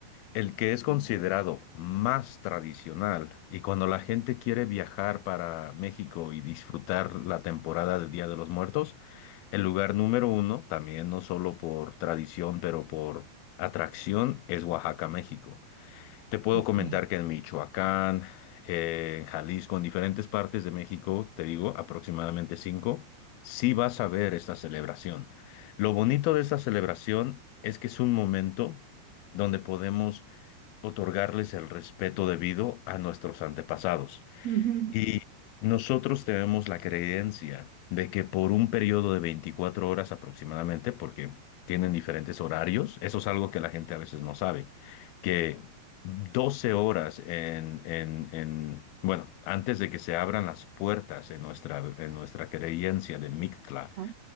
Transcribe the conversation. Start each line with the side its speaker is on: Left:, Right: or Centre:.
Left: el que es considerado más tradicional y cuando la gente quiere viajar para México y disfrutar la temporada de Día de los Muertos, el lugar número uno, también no solo por tradición, pero por atracción, es Oaxaca, México. Te puedo
Right: Ok.
Left: comentar que en Michoacán, eh, en Jalisco, en diferentes partes de México, te digo, aproximadamente cinco, sí vas a ver esta celebración. Lo bonito de esta celebración es que es un momento donde podemos otorgarles el respeto debido a nuestros antepasados.
Right: ujú.
Left: Y nosotros tenemos la creencia de que por un periodo de 24 horas aproximadamente, porque tienen diferentes horarios, eso es algo que la gente a veces no sabe, que 12 horas en, en- en- bueno, antes de que se abran las puertas en nuestra, en nuestra creencia de Mictla,
Right: Ajá.